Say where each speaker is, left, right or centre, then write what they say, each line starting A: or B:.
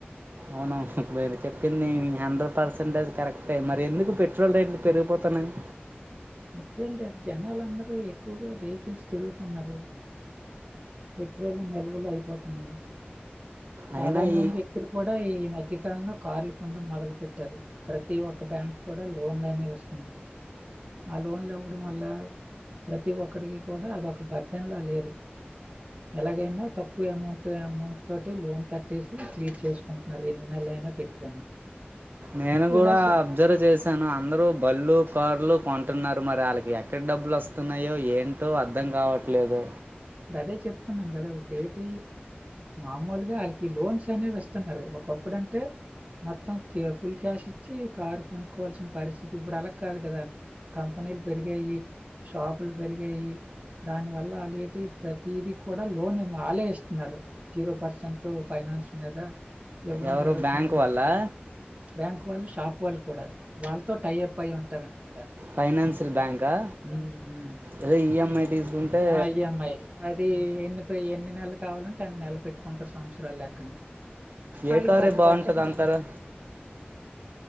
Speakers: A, on the right; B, on the right.
A: అవును వీరు చెప్పింది హండ్రెడ్ పర్సెంటేజ్ కరెక్ట్ పె మరి ఎందుకు
B: హ్మ్.
A: పెట్రోల్ రేట్లు పెరిగిపోతుంది త్తనాయ్
B: పెట్రోల్ రేట్లు జనాలుందరూ ఎక్కువగా వెహికల్స్ తిరుగుతున్నారు పెట్రోల్ నిల్వలు అయిపోతాన్నాయి సాధారణమైన
A: అయినా ఈ
B: వ్యక్తులు కూడా ఈ మధ్యకాలంలో కార్లు కొనడం మొదలుపెట్టారు ప్రతి ఒక్క బ్యాంకు కూడా లోన్లనే ఇస్తుంది ఆ లోన్లు ఇవ్వడం వల్ల ప్రతి ఒక్కడికి కూడా అదొక బడ్డెన్లా లేదు ఎలాగైనా తక్కువ అమౌంట్ అమౌంట్ త లోన్ కట్టేసి క్లీడ్ చేసుకుంటున్నారు ఎన్ని నెలల అయినా పెట్టుకొని
A: నేను
B: విలాస
A: కూడా అబ్జర్వ్ చేశాను అందరు బళ్లు కార్లు కొంటున్నారు మరి వాళ్ళకి ఎక్కడ డబ్బులు వస్తున్నాయో ఏంటో అర్థం కావట్లేదు
B: అదే చెప్తున్నాను కదా ఇప్పుడేటి మామూలుగా వాళ్ళకి లోన్స్ అనేవి ఇస్తున్నారు ఒకప్పుడంటే మొత్తం ఫుల్ క్యాష్ ఇచ్చి కారు కొనుక్కోవాల్సిన పరిస్థితి ఇప్పుడు అలా కాదు కదా కంపెనీలు పెరిగాయి షాపులు పెరిగాయి దానివల్ల వాళ్ళ ఏటి ప్రతిది కూడా లోన్ ఏమో ఆల ఇస్తున్నారు జీరో పర్సెంట్ ఫైనాన్స్ మీద ఇవ్వడం
A: ఎవరు
B: జరుగుతుందండి
A: బ్యాంక్ వాళ్ళా?
B: బ్యాంక్ వాళ్ళు షాప్ వాళ్ల్ కూడా వాళ్ళతో టై అప్ అయి ఉంటారనమాట.
A: ఫైనాన్షియల్ బ్యాంకా
B: హ్మ్. హ్మ్.
A: అదే ఈ ఎం ఐ తీసుకుంటే
B: ఆ! ఈఎంఐ. అది ఎ ఎన్ని నెలలు కావాలంటే అన్ని నెలలు పెట్టుకుంటారు సంవత్సరాలు లెక్కని
A: ఏ
B: ఆళ్ళకి
A: కారే
B: పెద్ద వావ్!
A: బాంటది
B: పట్టేం
A: అంటారు
B: కాదు.